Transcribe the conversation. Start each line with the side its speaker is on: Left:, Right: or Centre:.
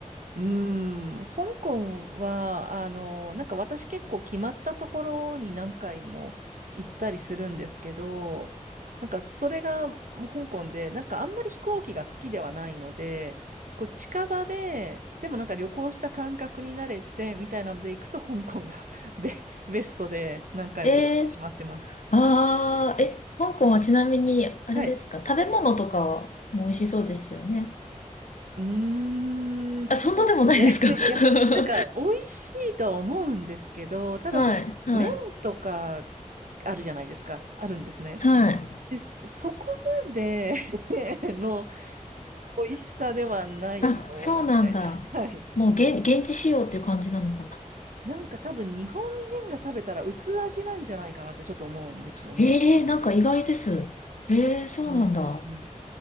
Right: うーん、香港は、あの、なんか私結構決まったところに何回も行ったりするんですけど、なんかそれがもう香港で、なんかあんまり飛行機が好きではないので、こう近場で、でもなんか旅行した感覚になれてみたいなので行くと香港が <laughs> ベ、ベストで何回も行ってしまってます。
Left: ええああー、え、香港はちなみに、あれですか、
Right: はい。
Left: 食べ物とかも美味しそうですよね。
Right: うーん、
Left: あ、
Right: そうで、
Left: そんなでもないですか
Right: <laughs>
Left: <laughs>
Right: いや、なんか、美味しいとは思うんですけど、ただそ、
Left: はい、はい、
Right: 麺とかあるじゃないですか、あるんですね。
Left: はい。
Right: で、そそこまで <laughs> の美味しさではないような、
Left: あ、そうなんだ。
Right: みたいな。<laughs> はい。
Left: もう現、現地仕様っていう感じなのかな。
Right: なんか多分、日本人が食べたら薄味なんじゃないかなってちょっと思うんですよね。
Left: ええなんか意外です。ええそうなんだ。
Right: うん。